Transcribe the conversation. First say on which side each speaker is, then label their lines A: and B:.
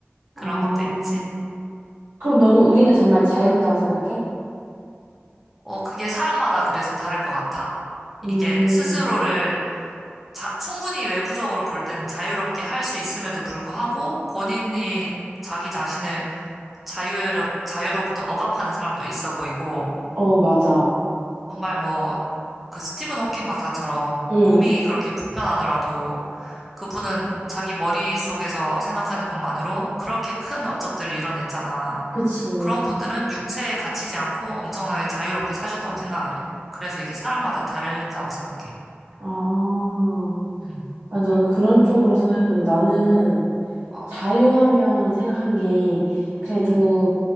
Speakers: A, in the centre; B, on the right.
A: 그런
B: 어.
A: 것도 있지.
B: 그럼 너는 우리가 정말 자유롭다고 생각해?
A: 어, 그게 사람마다 그래서 다를 것 같아.
B: 음,
A: 이게 스스로를 자- 충분히 외부적으로 볼 때는 자유롭게 할 수 있음에도 불구하고 본인이 자기 자신을 자유로, 자유로부터 억압하는 사람도 있어 보이고
B: 어, 맞아.
A: 정말 뭐, 그 스티븐 호킹 박사처럼
B: 응,
A: 몸이 그렇게 불편하더라도 그분은 자기 머릿속에서 생각하는 것만으로 그렇게 큰 업적들을 이뤄냈잖아.
B: 그치.
A: 그런 분들은 육체에 갇히지 않고 엄청나게 자유롭게 사셨다고 생각을 해. 그래서 이게 사람마다 다르다고 생각해.
B: 아,
A: 응,
B: 아, 넌 그런 쪽으로 생각했구나. 나는
A: 어,
B: 자유하면 생각한 게, 그래도
A: 응.